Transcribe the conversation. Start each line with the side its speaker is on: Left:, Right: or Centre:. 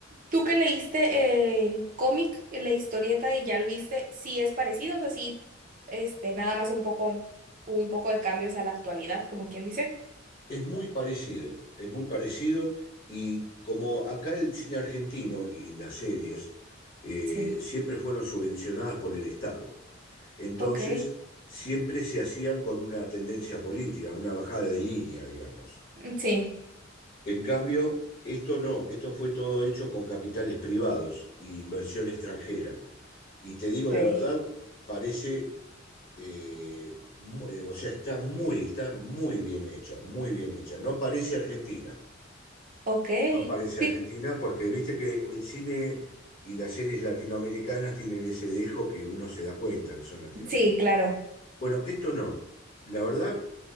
Right: ¿Tú que leíste el cómic, la historieta y ya lo viste? Sí es parecido, o sea, sí, este, nada más un poco, hubo un poco de cambios a la actualidad, como quien dice.
Left: Es muy parecido, es muy parecido y como acá el cine argentino y las series eh,
Right: Sí.
Left: siempre fueron subvencionadas por el Estado, entonces
Right: Ok.
Left: siempre se hacían con una tendencia política, una bajada de línea, digamos.
Right: Sí.
Left: En cambio, esto no, esto fue todo hecho con capitales privados e inversión extranjera. Y te digo
Right: Ok.
Left: la verdad, parece, eh, mu- eh, o sea, está muy, está muy bien hecha, muy bien hecha, no parece Argentina.
Right: Ok.
Left: No parece
Right: Sí,
Left: Argentina porque viste que el cine y las series latinoamericanas tienen ese dejo que uno se da cuenta que son latinoamericanas.
Right: sí, claro.
Left: Bueno, esto no. La verdad,